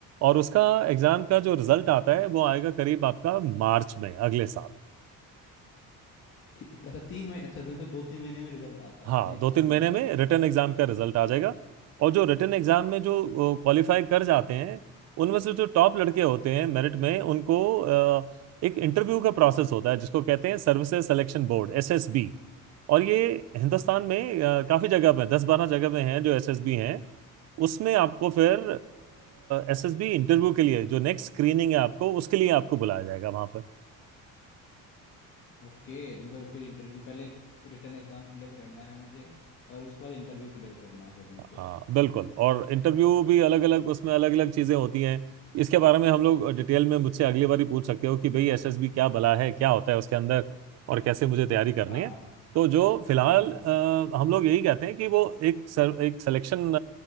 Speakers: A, on the right (about 50°); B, on the left (about 35°).
A: और उसका एग्जाम का जो रिजल्ट आता है वो आएगा करीब आपका मार्च में अगले साल
B: ठीक अच्छा तीन महीने अच्छा मतलब दो तीन महीने में रिजल्ट आता
A: हाँ
B: है ऐसे एक
A: दो
B: साथ
A: तीन
B: नहीं
A: महीने में
B: आता है
A: रिटन एग्जाम का रिजल्ट आ जाएगा और जो रिटन एग्जाम में जो क्वालिफाई कर जाते हैं उनमें से जो टॉप लड़के होते हैं मेरिट में उनको अ, एक इंटरव्यू का प्रोसेस होता है जिसको कहते हैं सर्विसेज सिलेक्शन बोर्ड एसएसबी और ये हिंदुस्तान में अ, काफी जगह पे दस बारह जगह पे हैं जो एसएसबी हैं उसमें आपको फिर एसएसबी इंटरव्यू के लिए जो नेक्स्ट स्क्रीनिंग है आपको उसके लिए आपको बुलाया जाएगा वहां पर
B: ओके तो मतलब फिर इंटरव्यू पहले रिटर्न एग्जाम क्लियर करना है मुझे और उसके बाद इंटरव्यू क्लियर करना है फिर मेरे
A: हाँ
B: को
A: बिल्कुल और इंटरव्यू भी अलग अलग उसमें अलग अलग चीजें होती हैं इसके बारे में हम लोग डिटेल में मुझसे अगली बार ही पूछ सकते हो कि भाई एसएसबी क्या बला है क्या होता है उसके अंदर और कैसे मुझे तैयारी करनी
B: हाँ
A: है
B: हाँ
A: तो जो फिलहाल
B: हाँ
A: अ, हम लोग यही कहते हैं कि वो एक सर, एक सिलेक्शन